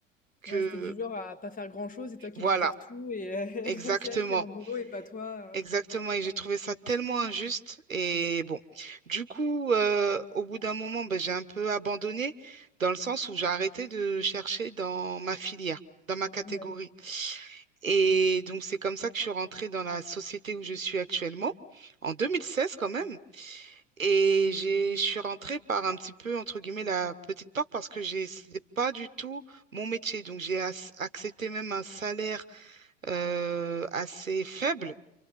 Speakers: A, on the right; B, on the left.
A: que,
B: Ouais, c'était du genre à pas faire grand-chose et toi qui
A: voilà,
B: devais faire tout et euh,
A: exactement.
B: <laughs> c'est elle qui est en boulot et pas toi.
A: Exactement, et j'ai trouvé ça tellement injuste. Et bon, du coup, euh, au bout d'un moment, ben, j'ai un peu abandonné dans le sens où j'ai arrêté de chercher dans ma filière, dans ma catégorie.
B: euh. Ouais.
A: Et donc, c'est comme ça que je suis rentrée dans la société où je suis actuellement, en 2016 quand même. Et j'ai, je suis rentrée par un petit peu, entre guillemets, la petite porte parce que j'ai, c'était pas du tout mon métier. Donc, j'ai as- accepté même un salaire euh, assez faible